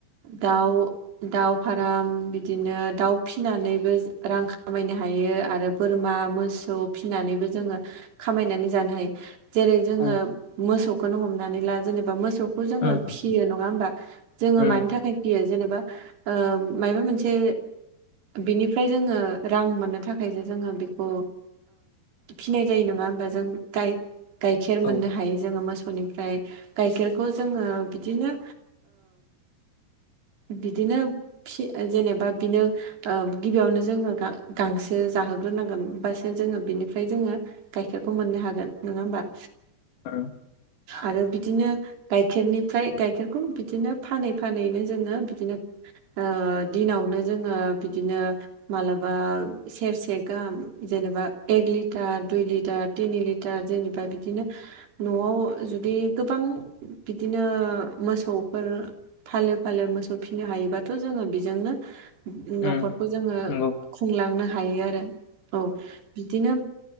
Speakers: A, on the right; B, on the left.
A: दाउ दाउ फार्म बिदिनो दाउ फिसिनानैबो रां खामायनो हायो आरो बोरमा मोसौ फिसिनानैबो जोङो खामायनानै जानो हायो जेरै जोङो
B: उम
A: मोसौखौनो हमनानै ला जेनेबा मोसौखौ जोङो
B: उम
A: फिसियो नङा होमबा जोङो
B: उम
A: मानि थाखाय फयो जेनेबा माबा मोनसे बिनिफ्राय जोङो रां मोननो थाखाय जों जोङो बेखौ फिनाय जायो नङा होमबा जों गाय गाइखेर मोननो
B: औ
A: हायो जोङो मोसौनि ओमफ्राय गाइखेरखौ जोङो बिदिनो बिदिनो जेनेबा बिनो गिबियावनो जोङो गांसो जाहोग्रोनांगोन हबासो जोङो बिनिफ्राय जोङो गाइखेरखौ मोननो हागोन नङा होमबा
B: औ
A: आरो बिदिनो गाइखेरनिफ्राय गाइखेरखौ बिदिनो फानै फानैनो जोंङो बिदिनो ओ दिनावनो जोंङो बिदिनो मालाबा सेरसेे से गाहाम जेनेबा एक लिटार दुइ लिटार तिनि लिटार जेनेबा बिदिनो न'आव जुदि गोबां बिदिनो मोसौफोर फालो फालो मोसौ फिनो हायोबाथ' जोंङो बेजोंनो न'खरखौ
B: उम
A: जोंङो
B: नंगौ
A: खुंलांनो हायो आरो औ बिदिनो